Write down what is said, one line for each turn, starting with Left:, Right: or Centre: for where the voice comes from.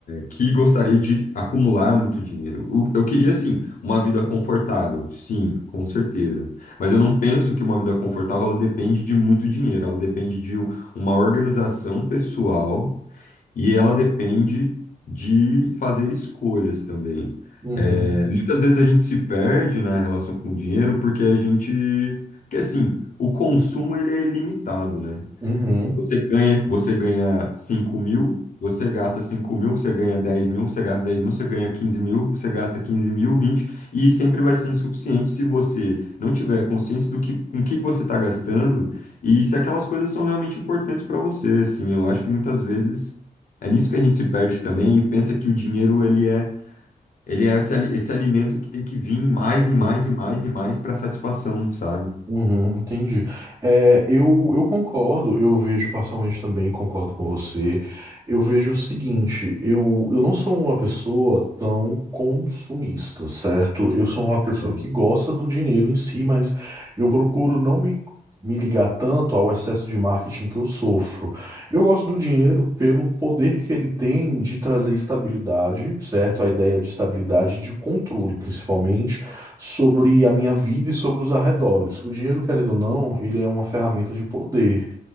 Left: que gostaria de acumular muito dinheiro. O- Eu queria, sim, uma vida confortável, sim, com certeza. Mas eu não penso que uma vida confortável ela depende de muito dinheiro, ela depende de u- uma organização pessoal e ela depende de fazer escolhas também.
Right: uhum,
Left: É, muitas vezes a gente se perde na relação com o dinheiro porque a gente, porque assim, o consumo ele é ilimitado, né?
Right: uhum,
Left: Você ganha, você ganha cinco mil, você gasta cinco mil, você ganha dez mil, você gasta dez mil, você ganha quinze mil, você gasta quinze mil, vinte e sempre vai ser insuficiente se você não tiver consciência do que, com que você está gastando e se aquelas coisas são realmente importantes para você, assim, eu acho que muitas vezes é nisso que a gente se perde também e pensa que o dinheiro, ele é, ele é esse, ali- esse alimento que tem que vir mais
Right: uhum.
Left: e mais e mais e mais para satisfação, sabe?
Right: Uhum, entendi. É, eu, eu concordo, eu vejo parcialmente também, concordo com você. Eu vejo o seguinte, eu, eu não sou uma pessoa tão consumista, certo? Eu sou uma pessoa
Left: Uhum.
Right: que gosta do dinheiro em si, mas eu procuro não me, me ligar tanto ao excesso de marketing que eu sofro. Eu gosto do dinheiro pelo poder que ele tem de trazer estabilidade, certo? A ideia de estabilidade e de controle, principalmente sobre a minha vida e sobre os arredores. O dinheiro, querendo ou não, ele é uma ferramenta de poder.